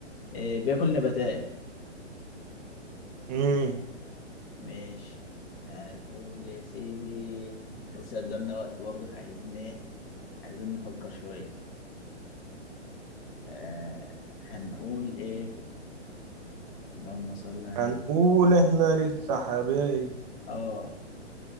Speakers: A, on the left; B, on the right.
A: إيه بياكل نباتات
B: امم
A: ماشي هنقول يا سيدي لسه قدامنا وقت برضه عايزين ايه عايزين نفكر شوية آه هنقول ايه اللهم صل على
B: هنقول احنا لسه حبايب
A: اه